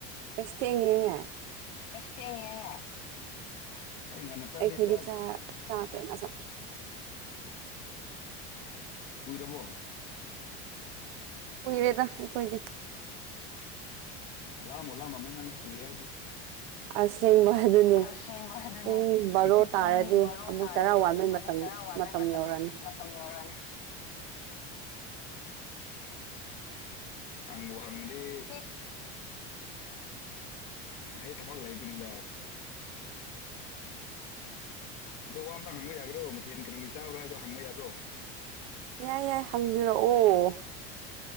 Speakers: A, on the right; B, on the left.
A: ꯑꯁ ꯊꯦꯡꯉꯦꯅꯦ
B: ꯑꯁ ꯊꯦꯡꯉꯦ ꯍꯣꯏ ꯉꯟꯅ ꯆꯥꯗꯦ
A: ꯑꯩꯈꯣꯏꯗꯤ
B: ꯆꯥꯛ
A: ꯆꯥ ꯆꯥꯗꯣꯏꯅꯦ ꯑꯁ
B: ꯀꯨꯏꯔꯕꯣ
A: ꯀꯨꯏꯔꯦꯗ ꯑꯩꯈꯣꯏꯗꯤ
B: ꯂꯥꯝꯕꯨ ꯂꯥꯝꯃꯝꯃꯅꯤ ꯅꯪꯗꯤ ꯀꯨꯏꯔꯦ ꯍꯥꯏꯗꯤ
A: ꯑꯁꯦꯡꯕ ꯑꯗꯨꯅꯦ
B: ꯑꯁꯦꯡꯕ ꯑꯗꯨꯅꯦ
A: ꯄꯨꯡ ꯕꯥꯔꯣ ꯇꯥꯔꯗꯤ
B: ꯄꯨꯡ ꯕꯥꯔꯣ
A: ꯑꯃꯨꯛ
B: ꯇꯥꯔꯗꯤ
A: ꯆꯔꯥ ꯋꯥꯟꯕꯩ
B: ꯑꯃꯨꯛ
A: ꯃꯇꯝ
B: ꯆꯔꯥ ꯋꯥꯟꯕꯩ
A: ꯃꯇꯝ ꯌꯧꯔꯅꯤ
B: ꯃꯇꯝ ꯌꯧꯔꯅꯤ ꯊꯦꯡꯉꯦꯍꯦ ꯑꯩ ꯊꯕꯛ ꯂꯩꯕꯩꯅꯤꯗ ꯑꯗꯣ ꯋꯥ ꯑꯃꯠꯇ ꯍꯪꯕ ꯌꯥꯕ꯭ꯔꯣ ꯀꯔꯤ ꯃꯊꯦꯜ ꯆꯥꯕ꯭ꯔꯣ
A: ꯌꯥꯏ ꯌꯥꯏ ꯍꯪꯕꯤꯔꯛꯑꯣ